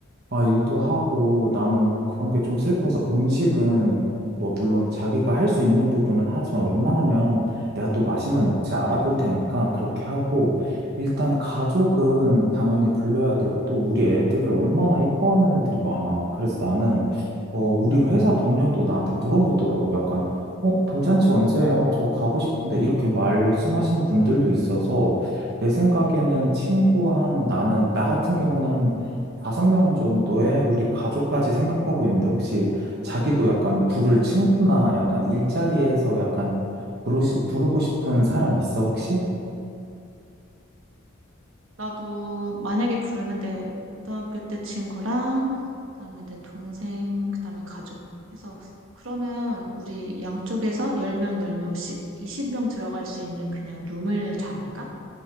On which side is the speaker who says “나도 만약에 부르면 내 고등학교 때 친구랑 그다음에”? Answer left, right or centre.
Right